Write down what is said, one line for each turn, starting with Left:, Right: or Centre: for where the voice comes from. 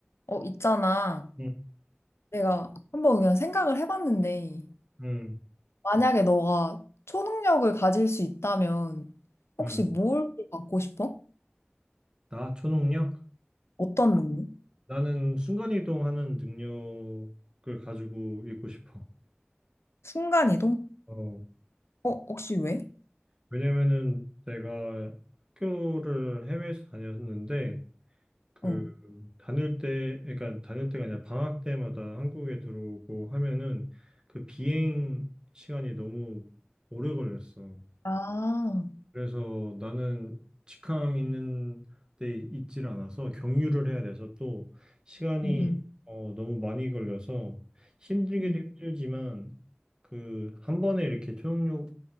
Left: 어, 있잖아.
Right: 음,
Left: 내가 한번 그냥 생각을 해봤는데,
Right: 음,
Left: 만약에 너가 초능력을 가질 수 있다면, 혹시
Right: 음.
Left: 뭘 갖고 싶어?
Right: 나 초능력?
Left: 어떤 능력?
Right: 나는 순간이동하는 능력을 가지고 있고 싶어.
Left: 순간이동?
Right: 어,
Left: 어, 혹시 왜?
Right: 왜냐면은 내가 학교를 해외에서 다녔는데 그
Left: 어.
Right: 다닐 때, 그러니까 다닐 때가 아니라 방학 때마다 한국에 들어오고 하면은 그 비행 시간이 너무 오래 걸렸어.
Left: 아,
Right: 그래서 나는 직항 있는 데 있질 않아서 경유를 해야 돼서 또 시간이
Left: 응, 응,
Right: 어, 너무 많이 걸려서 힘들기도
Left: 응.
Right: 힘들지만 그 한 번에 이렇게 초능력을